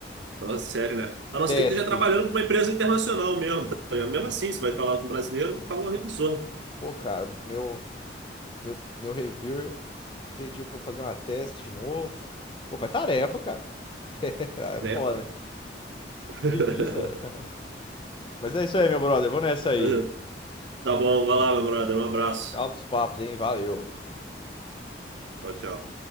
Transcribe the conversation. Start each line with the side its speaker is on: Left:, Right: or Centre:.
Right: fala sério, né? A não ser
Left: Task.
Right: que esteja trabalhando para uma empresa internacional mesmo. tá? Mesmo assim, você vai falar com um brasileiro, fala um revisor.
Left: Pô, cara, meu, meu, meu reviewer pediu pra eu fazer uma task de novo. Pô, faz tarefa, cara. <laughs> Ah, É
Right: Trepa.
Left: foda, né?
Right: <laughs>
Left: Preguiça. <laughs> Mas é isso aí, meu brother. Vou nessa aí.
Right: Mas, é, Tá bom, vai lá, meu brother. Um abraço.
Left: Altos papos, hein? Valeu.
Right: Tchau, tchau.